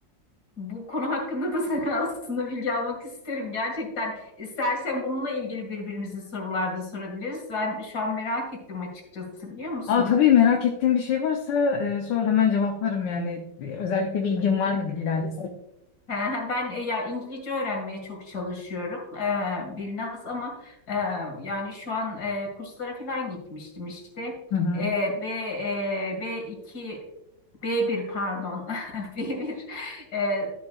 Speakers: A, on the left; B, on the left.
A: bu konu hakkında da sana <laughs> aslında bilgi almak isterim gerçekten istersen bununla ilgili birbirimize sorularda sorabiliriz ben şu an merak ettim açıkçası biliyor musun?
B: Aa tabii merak ettiğin bir şey varsa e, sor hemen cevaplarım yani. Ee, Özellikle bir ilgin var mı dillerle?
A: He, he, Ben e, ya İngilizce öğrenmeye çok çalışıyorum e, biraz ama e, yani şu an e, kurslara falan gitmiştim işte
B: Hı hı.
A: E, B e, B2 b bir pardon <laughs> b bir e,